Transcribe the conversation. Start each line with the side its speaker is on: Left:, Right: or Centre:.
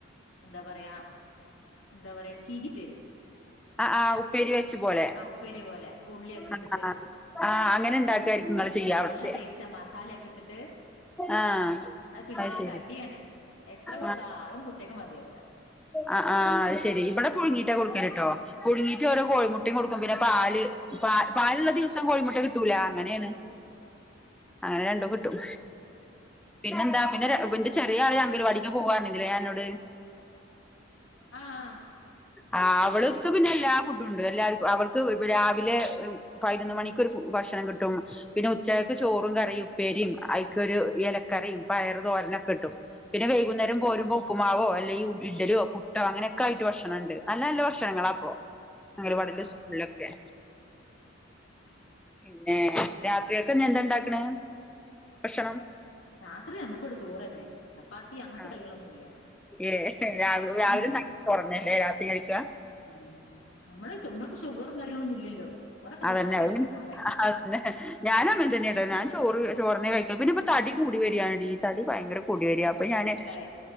Left: എന്താ പറയാ എന്താ പറയാ ചീകിത്തരും
Centre: ആ ആഹ് ഉപ്പേരി വെച്ച പോലെ
Left: ഉപ്പേരി പോലെ ഉള്ളിയൊക്കെ ഇട്ടിട്ട്
Centre: ആ ആ അങ്ങനെ ഇണ്ടാക്കായിരിക്കും നിങ്ങ ചെയ്യാം
Left: ആ, നല്ല
Centre: അവി-
Left: ടേസ്റ്റാ മസാലയൊക്കെ ഇട്ടിട്ട്
Centre: ആഹ്
Left: അത് പിള്ളേർക്ക്
Centre: അ ശരി
Left: അടിയാണ് എത്ര കൊടുത്താലും
Centre: ആ
Left: കുട്ടികക്ക് മതിയാവൂല
Centre: ആ ആഹ് ശരി ഇവിടെ പുഴുങ്ങീട്ട കൊടുക്കൽട്ടോ പുഴുങ്ങീട്ട ഓരോ കോഴിമുട്ടയും കൊടുക്കും പിന്നെ പാ പ പാലുള്ള ദിവസം കോഴിമുട്ട കിട്ടൂല അങ്ങനെയാണ് അങ്ങനെ രണ്ടു കിട്ടും പിന്നെന്താ പിന്നെന്റെ ചെറിയ ആള അംഗൽവാടിക്ക് പോക ഇലേ അന്നോട്
Left: ആ ആ
Centre: ആ അവൾക്ക് പിന്നെ എല്ലാ ഫുഡുണ്ട് എല്ലാവക്കും അവൾക്ക് രാവിലെ പതിനൊന്ന് മണിക്ക് ഒരു ഫു ഭക്ഷണം കിട്ടും പിന്നെ ഉച്ചക്ക് ചോറും കറിയും ഉപ്പേരിയും അഐക്കൊ ഒരു എലക്കറിയും പയറ് തോര ക്കെ കിട്ടും പിന്നെ വൈകുന്നേരം
Left: ഉം ഉം
Centre: പോരുമ്പോ ഉപ്പുമാവോ അല്ലെങ്ക ഇഡലോ പുട്ടോ അങ്ങനെയൊക്കെ ആയിട്ട് ഭക്ഷണ ഇണ്ട് നല്ല നല്ല ഭക്ഷണങ്ങള അപ്പൊ അംഗൻവാടി
Left: ആഹ്
Centre: സ്കൂളിലൊക്കെ
Left: <inaudible>
Centre: പിന്നെ രാത്രിയൊക്കെ എന്താ ഇണ്ടാക്കണ ഭക്ഷണം
Left: രാത്രി നമ്മുക്കവിടെ ചോറ്ന്നെ ചപ്പാത്തി അങ്ങനത്തെ
Centre: ആ
Left: കളികളൊന്നുംല്ല
Centre: ഏ രാവിലെ
Left: ഉം
Centre: രാവിലെ
Left: ഉം
Centre: ണ്ടാക്കിയ ചോറന്നല്ലേ രാത്രിയും കഴിക്ക
Left: ഉം നമ്മടെ നമ്മക്ക് ഷുഗറും കാര്യങ്ങളൊന്നും ഇല്ലല്ലോ ചോറൊക്കെ
Centre: അതന്നെ
Left: തിന്നാലോ ഇഷ്ടം പോലെ
Centre: അഹ് അന്നെ ഞാനും അങ്ങൻ തന്നെ കേട്ടോ ഞാൻ ചോറ് ചോറിനെ കഴ ക ഇപ്പൊ തടി കൂടി വരികാണ്ീ തടി ഭയങ്കര കൂടി വരിയാ അപ്പൊ ഞാന്ോ
Left: എടേ